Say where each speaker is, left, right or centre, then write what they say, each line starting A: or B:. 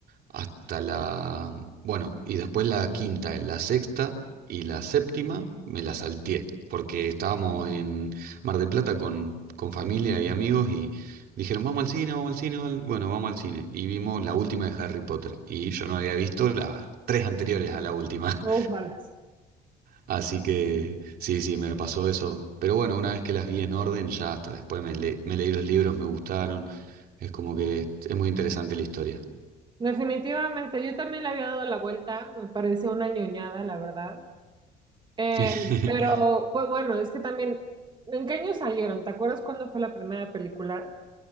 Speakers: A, on the right; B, on the right.
A: hasta la... Bueno, y después la quinta, la sexta y la séptima me la salteé, porque estábamos en Mar del Plata con, con familia y amigos y dijeron, vamos al cine, vamos al cine, vamos bueno, vamos al cine. Y vimos la última de Harry Potter y yo no había visto las tres anteriores a la última.
B: Ojalá.
A: <laughs> Así que sí, sí, me pasó eso. Pero bueno, una vez que las vi en orden, ya hasta después me, le- me leí los libros, me gustaron. Es como que es muy interesante la historia.
B: Definitivamente, yo también le había dado la vuelta, me parece una ñoñada, la verdad. Eh,
A: <laughs>
B: pero, pues bueno, es que también, ¿en qué año salieron? ¿Te acuerdas cuándo fue la primera película?